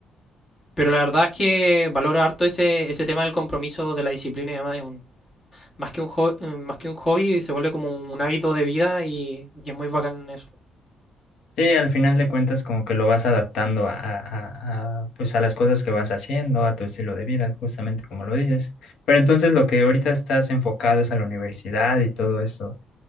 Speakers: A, on the left; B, on the left.
A: Pero la verdad es que valoro harto ese, ese tema del compromiso, de la disciplina y demás. Más que un hobby, más que un hobby, se vuelve como un hábito de vida y, y es muy bacán eso.
B: Sí, al final de cuentas como que lo vas adaptando a, a- a- pues a las cosas que vas haciendo, a tu estilo de vida, justamente como lo dices. Pero entonces lo que ahorita estás enfocado es a la universidad y todo eso.